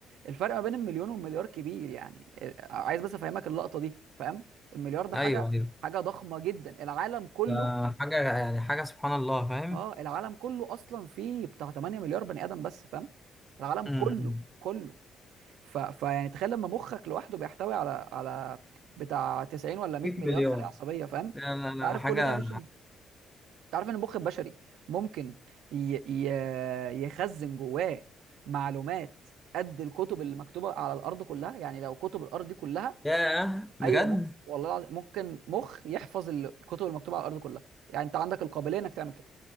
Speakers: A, on the right; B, in the centre.
A: الفرق ما بين المليون والمليار كبير يعني آه، عايز بس افهمك اللقطه دي فاهم المليار ده
B: ايوه
A: حاجه
B: ايوه
A: حاجه ضخمه جدا العالم كله
B: ده حاجه يعني حاجه سبحان الله فاهم
A: اه العالم كله اصلا فيه بتاع 8 مليار بني ادم بس فاهم العالم
B: امم
A: كله كله ف... فيعني تخيل لما مخك لوحده بيحتوي على على بتاع 90 ولا 100
B: 100
A: مليار
B: مليون
A: خلايا عصبيه فاهم
B: لا لا
A: انت
B: لا
A: عارف
B: حاجه
A: كل ده يا باشا انت عارف ان المخ البشري ممكن ي... ي... يخزن جواه معلومات قد الكتب اللي مكتوبه على الارض كلها يعني لو كتب الارض دي كلها
B: يا بجد
A: ايوه ممكن والله العظيم ممكن مخ يحفظ الكتب المكتوبه على الارض كلها يعني انت عندك القابليه انك تعمل كده